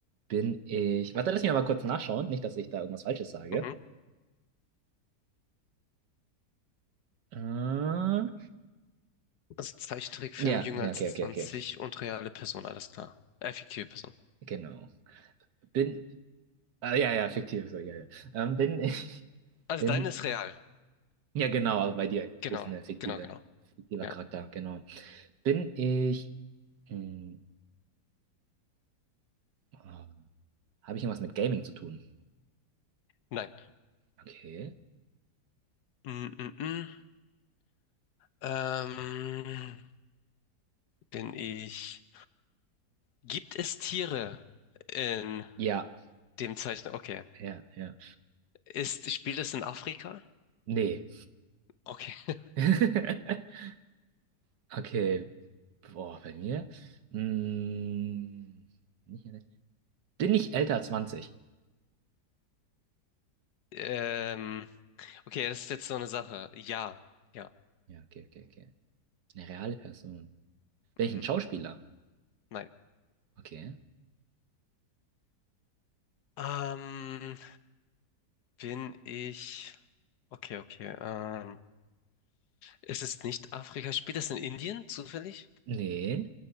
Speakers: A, on the right; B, on the left.
A: Bin ich. Warte, lass mich mal kurz nachschauen. Nicht, dass ich da irgendwas Falsches sage.
B: Mhm.
A: Äh, ja,
B: Also Zeichentrickfilm
A: ja,
B: jünger
A: okay,
B: als
A: okay,
B: 20
A: okay.
B: und reale Person. Alles klar. Äh, fiktive Person.
A: Genau. Bin. Ah, ja, ja, fiktiv. So, ja, ja. Ähm, bin <laughs> ich.
B: Also
A: Bin
B: deine ist real.
A: Ja, genau, aber bei dir.
B: Genau,
A: Das ist eine fiktive,
B: genau, genau.
A: fiktiver
B: Ja,
A: Charakter, genau. Bin ich. Hm, oh, habe ich irgendwas mit Gaming zu tun?
B: nein.
A: Okay.
B: Mm, mm, mm. Ähm, bin ich. Gibt es Tiere in
A: Ja,
B: dem Zeichen? Okay.
A: ja, ja.
B: Ist, spielt es in Afrika?
A: Nee.
B: Okay. <laughs>
A: <laughs> Okay. Boah, bei mir. Hm, nicht, alle- bin ich älter als 20?
B: Ähm, okay, das ist jetzt so eine Sache. Ja, ja.
A: Ja, okay, okay, okay. Eine reale Person. Bin
B: Mhm.
A: ich ein Schauspieler?
B: Nein.
A: Okay.
B: Ähm, bin ich. Okay, okay. Ähm, ist es nicht Afrika? Spielt es in Indien zufällig?
A: Nee.